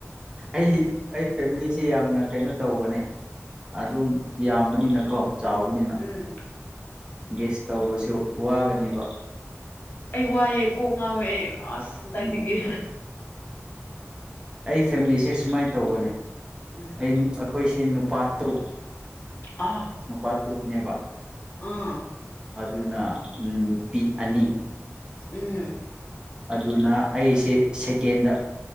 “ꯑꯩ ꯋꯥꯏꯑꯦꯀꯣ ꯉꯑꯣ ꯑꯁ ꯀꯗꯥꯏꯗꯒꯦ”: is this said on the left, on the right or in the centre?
Left